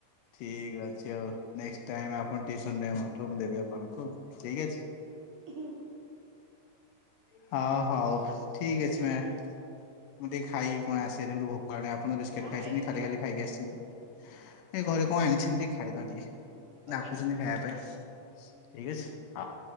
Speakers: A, on the left (about 85°); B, on the right (about 55°).
A: ଠିକ୍ ଅଛି ଆଉ ନେକ୍ସଟ୍ ଟାଇମ୍ ଆପଣ ଟିଉସନ ନେବେ ମୋ ଠୁ ମୁଁ ଦେବି ଆପଣୁଙ୍କୁ ଠିକ୍ ଅଛି।
B: ଉଁ ହୁଁ।
A: ହ ହଉ ଠିକ୍ ଅଛି ମ୍ୟା ମୁଁ ଟିକେ ଖାଇକି କଁ ଆସେ ଜୋର ଭୋ କଲାଣି ଆପଣ ବିସ୍କେଟ୍
B: କଣ
A: ଖାଇଛନ୍ତି
B: ଖାଇବେ ଏବେ
A: ଖାଲି ଖାଲି ଖାଇକି ଆସିଛନ୍ତି ଏ ଘରେ କଁ ଆଣିଛନ୍ତି ଟିକେ ଖାଇଦବା ଟିକେ।
B: ଓକେ।
A: ଡାକୁଛନ୍ତି ଖାଇଆ ପାଇଁ ଠିକ୍ ଅଛି ହଉ।